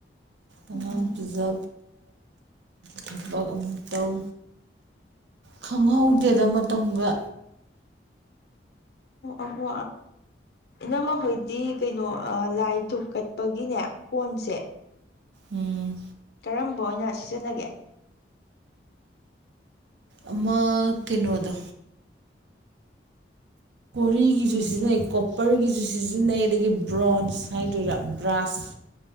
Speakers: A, on the right; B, on the left.
A: ꯑꯉꯥꯡ
B: ꯎꯝ
A: ꯄꯤꯖ ꯊꯛꯕ ꯑꯃꯨꯛ ꯇꯧ ꯈꯪꯍꯧꯗꯦꯗ ꯃꯇꯝꯒ
B: ꯑꯀꯣ ꯏꯅ ꯃꯈꯣꯏꯗꯤ ꯀꯩꯅꯣ ꯂꯥꯏꯙꯨ ꯀꯠꯄꯒꯤꯅꯦ ꯀꯣꯟꯁꯦ
A: ꯎꯝ
B: ꯀꯔꯝꯕ ꯑꯣꯏꯅ ꯁꯤꯖꯤꯟꯅꯒꯦ
A: ꯑꯃ ꯀꯩꯅꯣꯗꯣ ꯔꯤꯒꯤꯁꯨ ꯁꯤꯖꯤꯟꯅꯩ ꯀꯣ ꯀꯄꯔꯒꯤꯁꯨ ꯁꯤꯖꯤꯟꯅꯩ ꯑꯗꯒꯤ ꯕ꯭ꯔꯣꯟꯖ ꯍꯥꯏꯗꯣꯏꯔꯥ ꯕ꯭ꯔꯥꯁ